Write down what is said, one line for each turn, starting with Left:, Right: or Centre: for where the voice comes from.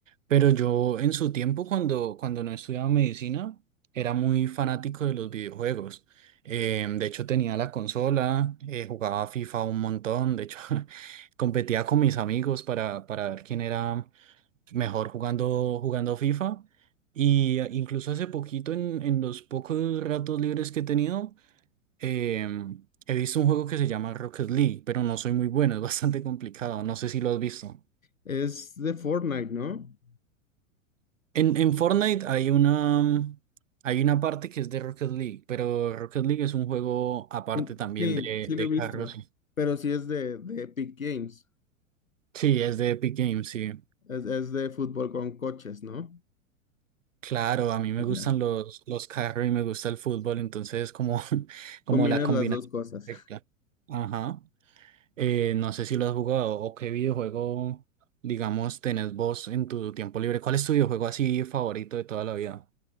Right: pero yo en su tiempo cuando, cuando no estudiaba medicina era muy fanático de los videojuegos. Eh, de hecho tenía la consola, eh, jugaba FIFA un montón, de hecho <laughs> competía con mis amigos para, para ver quién era mejor jugando, jugando FIFA. Y eh, incluso hace poquito, en, en los pocos ratos libres que he tenido, em, he visto un juego que se llama Rocket League, pero no soy muy bueno, es <laughs> bastante complicado. No sé si lo has visto.
Left: Es de Fortnite, ¿no?
Right: En, en Fortnite hay una, mm, hay una parte que es de Rocket League, pero Rocket League es un juego aparte
Left: Sí,
Right: también
Left: sí
Right: de,
Left: sí lo
Right: de
Left: he visto,
Right: carros.
Left: pero sí es de, de Epic Games.
Right: Sí, es de Epic Games, sí.
Left: Es, es de fútbol con coches, ¿no?
Right: Claro, a mí me
Left: Ya.
Right: gustan los, los carros y me gusta el fútbol, entonces como, <laughs> como
Left: Combinas
Right: la combinación
Left: las dos cosas.
Right: perfecta. Ajá. Eh, no sé si lo has jugado o qué videojuego, digamos, tenés vos en tu tiempo libre. ¿Cuál es tu videojuego así favorito de toda la vida?